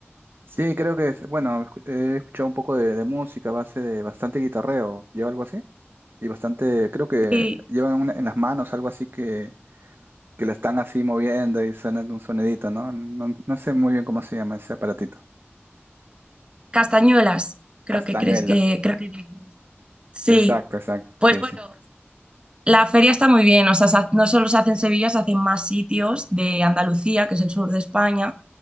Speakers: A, on the right (about 55°); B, on the right (about 25°).
A: Sí, creo que es, bueno, escu- he escuchado un poco de, de música a base de bastante guitarreo, ¿lleva algo así? y bastante, creo que
B: Sí.
A: llevan una- en las manos algo así que, que la están así moviendo y suena un sonidito, ¿no? No, no sé muy bien cómo se llama ese aparatito.
B: Castañuelas, creo
A: Castañuelas.
B: que crees que, creo que sí.
A: Exacto, exacto.
B: Pues
A: Sí,
B: bueno,
A: sí.
B: la feria está muy bien, o sea, se ha- no solo se hace en Sevilla, se hacen más sitios de Andalucía, que es el sur de España,